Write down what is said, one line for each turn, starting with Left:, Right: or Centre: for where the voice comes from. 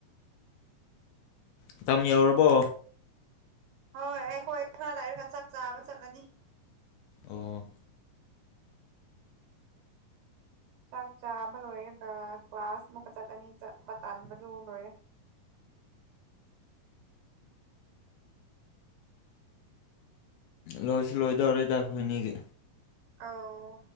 Left: ꯃꯇꯝ ꯌꯧꯔꯕꯣ꯫
Right: ꯍꯣꯏ ꯑꯩꯈꯣꯏ ꯈꯔ ꯂꯩꯔꯒ ꯆꯥꯛ ꯆꯥꯕ ꯆꯠꯂꯅꯤ꯫
Left: ꯑꯣ
Right: ꯆꯥꯛ ꯆꯥꯕ ꯂꯣꯏꯔꯒ ꯀ꯭ꯂꯥꯁ ꯃꯨꯛꯀ ꯆꯠꯂꯅꯤ ꯆꯠꯄ ꯇꯟꯕꯗꯨ ꯂꯣꯏꯔꯦ
Left: ꯂꯣꯏꯁꯨ ꯂꯣꯏꯗꯧꯔꯦꯗ ꯑꯈꯣꯏꯅꯤꯒꯤ꯫
Right: ꯑꯧ